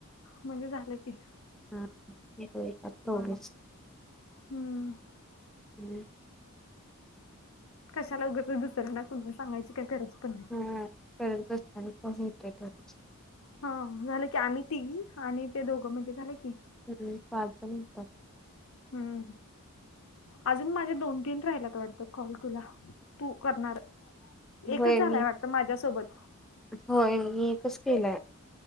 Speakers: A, on the left; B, in the centre.
A: म्हणजे झालं की.
B: हम ते हो ग <unintelligible>
A: हूं!
B: हूं!
A: कशाला ऊगचच, दुसऱ्यांना कुणाल सांगायची काय गरज पन नाही.
B: हा करत असताना पण <unintelligible>
A: हा झालं की, आम्ही तिघी, आणि ते दोघं, म्हणजे झालं की
B: हम्म पाच जण म्हणतात. <unintelligible>
A: हूं अजून माळ ते दोन, तीन राहिल्यात वाटत कॉल तुला, तू करणार एकच
B: होय
A: झालाय
B: मी
A: वाट त माझ्यासोबत
B: होय मी एकच केलाय,